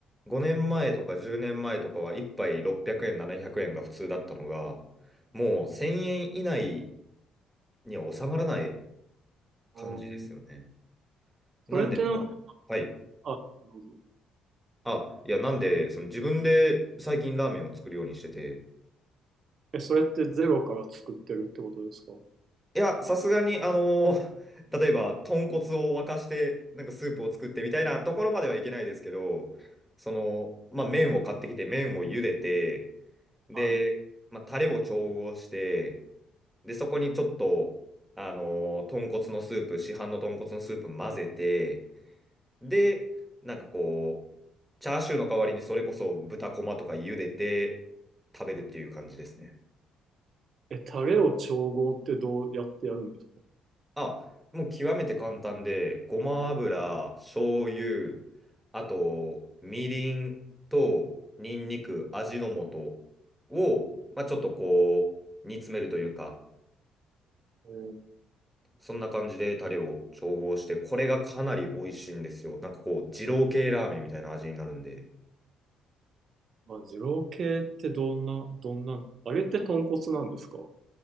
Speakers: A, in the centre; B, on the right.
A: 5年前とか10年前とかは、一杯600円、700円が普通だったのが、もう、1000円以内には収まらない
B: うん
A: 感じですよね。なんで、
B: それってなんか、
A: はい。
B: あ、なるほど
A: あ、いや、なんで、その自分で最近ラーメンを作るようにしてて、
B: え、それってゼロから作ってるってことですか
A: いや、さすがに、あのー <laughs> 例えば、豚骨を沸かして、なんかスープを作ってみたいなところまではいけないですけど、その、まあ、麺を買ってきて、麺を茹でて、で、
B: は
A: まあ、タレを調合して、で、そこにちょっと、あのー豚骨のスープ、市販の豚骨のスープ混ぜて、で、なんかこう、チャーシューの代わりにそれこそ豚こまとか茹でて食べるっていう感じですね。
B: い。え、タレを調合ってどうやってやるんですか
A: あ、もう極めて簡単で、ごま油、醤油、あと、みりんと、にんにく、味の素を、まあ、ちょっとこう、煮詰めるというか、
B: えー、
A: そんな感じでタレを調合して、これがかなり美味しいんですよ。なんかこう、二郎系ラーメンみたいな味になるんで。
B: まあ、二郎系ってどんな、どんな、あれって豚骨なんですか